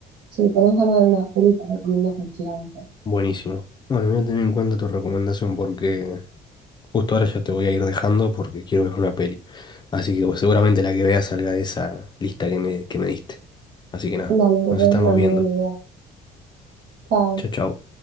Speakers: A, on the right; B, on the left.
A: si tenés ganas de ver una peli, te recomiendo cualquiera de esas.
B: buenísimo. Bueno, voy a tener en cuenta tu recomendación porque justo ahora ya te voy a ir dejando porque quiero ver una peli. Así que bueno, seguramente la que veas salga de esa lista que me, que me diste. Así que nada,
A: Dale, me
B: nos
A: parece
B: estamos
A: una muy
B: viendo.
A: buena idea. Chao.
B: Chao, chao.